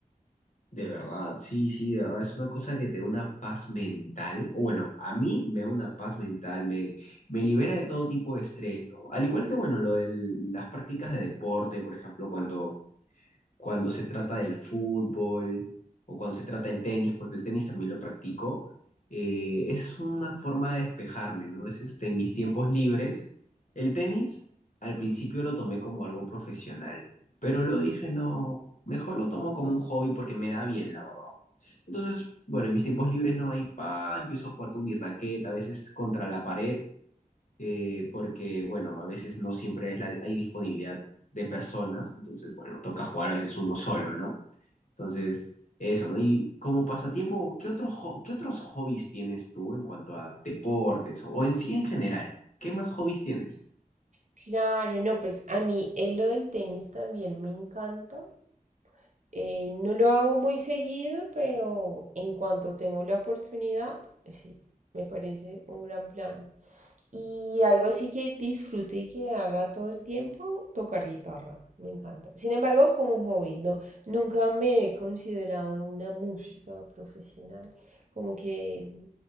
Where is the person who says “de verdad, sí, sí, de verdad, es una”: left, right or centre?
Left